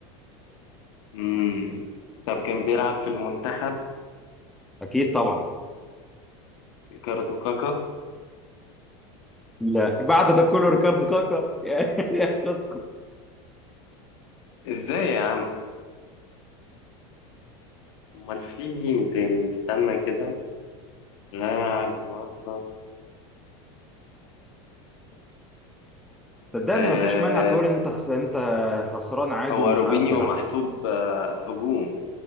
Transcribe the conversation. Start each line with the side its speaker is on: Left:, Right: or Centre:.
Left: مم. طب كان بيلعب في المنتخب
Centre: أكيد طبعا
Left: ريكاردو كاكا
Centre: لا بعد ده كله ريكارد كاكا <laughs> يا يا تذكر
Left: إزاي يا عم أمال في مين تاني استنى كده لاعب وسط
Centre: <laughs> صدقني
Left: آه
Centre: ما فيش مانع تقول إن أنت خس... أنت خسران عادي
Left: هو
Centre: ومش
Left: روبينيو
Centre: عارف تلعب
Left: محسوب آه هجوم